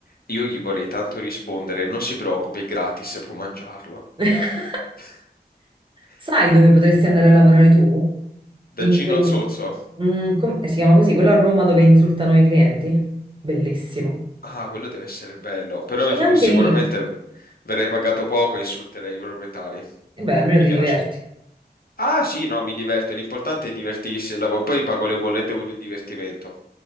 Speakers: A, on the left; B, on the right.
A: Io gli vorrei tanto rispondere, non si preoccupi, è gratis, può mangiarlo.
B: <laughs>
A: <laughs>
B: Sai dove potresti andare a lavorare tu?
A: Da
B: In
A: Gino
B: quel...
A: Zozzo.
B: Mm, com- eh, si chiama così, quello a Roma dove insultano i clienti? Bellissimo.
A: Ah, quello deve essere bello, però
B: E
A: eh,
B: anche
A: sicuramente
B: lì,
A: verrei pagato poco e insulterei i proprietari.
B: e beh, almeno
A: Mi
B: ti
A: piace.
B: diverti.
A: Ah, sì, no, mi diverto, l'importante è divertirsi e il lavoro. Poi pago le bollette con il divertimento.